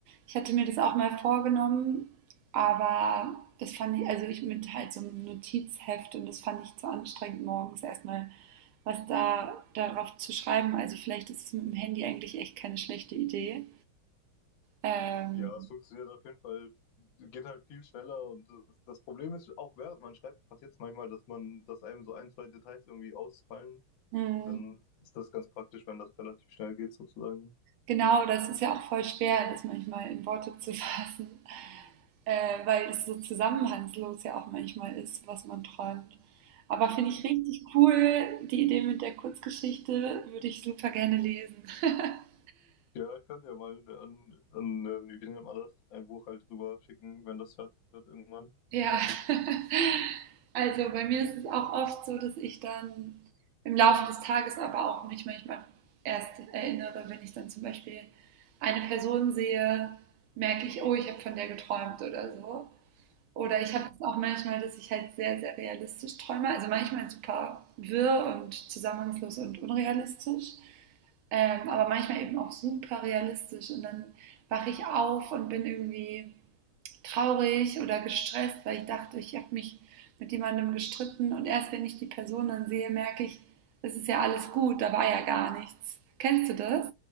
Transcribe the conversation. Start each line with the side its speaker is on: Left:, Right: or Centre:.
Right: Ich hatte mir das auch mal vorgenommen, aber das fand ich, also ich mit halt so einem Notizheft und das fand ich zu anstrengend, morgens erstmal was da darauf zu schreiben. Also vielleicht ist es mit dem Handy eigentlich echt keine schlechte Idee. Ähm,
Left: Ja, es funktioniert auf jeden Fall, geht halt viel schneller und das, das Problem ist, auch während man schreibt, passiert es manchmal, dass man, dass einem so ein, zwei Details irgendwie ausfallen.
Right: hm.
Left: Dann ist das ganz praktisch, wenn das relativ schnell geht, sozusagen.
Right: Genau, das ist ja auch voll schwer, das manchmal in Worte zu <laughs> fassen, äh, weil es so zusammenhangslos ja auch manchmal ist, was man träumt. Aber finde ich richtig cool, die Idee mit der Kurzgeschichte würde ich super gerne lesen. <laughs>
Left: Ja, ich kann dir mal an, an äh, wie nennt man das, ein Buch halt rüber schicken, wenn das fertig wird irgendwann.
Right: Ja, <laughs> also bei mir ist es auch oft so, dass ich dann im Laufe des Tages aber auch mich manchmal erst erinnere, wenn ich dann zum Beispiel eine Person sehe, merke ich, oh, ich habe von der geträumt oder so. Oder ich habe das auch manchmal, dass ich halt sehr, sehr realistisch träume. Also manchmal super wirr und zusammenhangslos und unrealistisch. Ähm, aber manchmal eben auch super realistisch. Und dann wache ich auf und bin irgendwie traurig oder gestresst, weil ich dachte, ich habe mich mit jemandem gestritten. Und erst wenn ich die Person dann sehe, merke ich, es ist ja alles gut, da war ja gar nichts. Kennst du das?